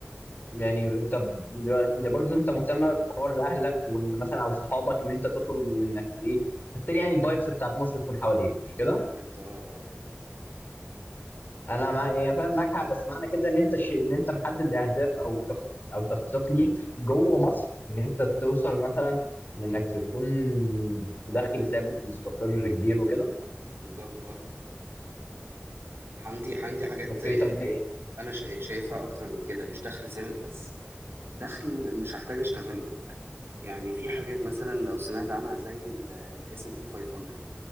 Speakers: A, on the left; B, on the right.
A: يعني طب دلوقتي برضه انت مهتم بحوار اهلك وان مثلا او صحابك ان انت تخرج وانك ايه تفتري يعني الفايبس بتاعت مصر تكون حواليك مش كده؟
B: بالظبط اه اه
A: انا مع
B: آه.
A: يعني فاهم معاك حق بس معنى كده ان انت الشيء ان انت محدد اهداف او تخ... او تخطيط ليك جوه مصر ان انت توصل مثلا لانك تكون بدخل ثابت مستقر كبير وكده
B: بالظبط اه عندي عندي حاجات
A: اوكي
B: آه،
A: طب م- ايه
B: انا شا- شايفها اكتر من كده مش دخل ثابت بس دخل مش هحتاج اشتغله يعني في حاجات مثلا لو سمعت عنها زي الاس ام بي 500